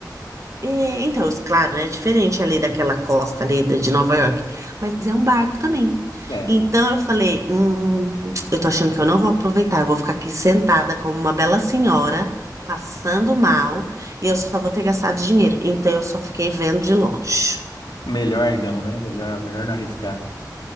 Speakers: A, on the right (about 45°); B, on the left (about 85°).
A: É, então, os- claro, né, é diferente ali daquela costa ali da- de Nova York, mas é um barco também.
B: É,
A: Então eu falei, hum, eu tô achando que eu não vou aproveitar, eu vou ficar aqui sentada como uma bela senhora, passando mal, e eu só vou ter gastado dinheiro. Então eu só fiquei vendo de longe.
B: melhor não, né? Melhor, melhor não arriscar.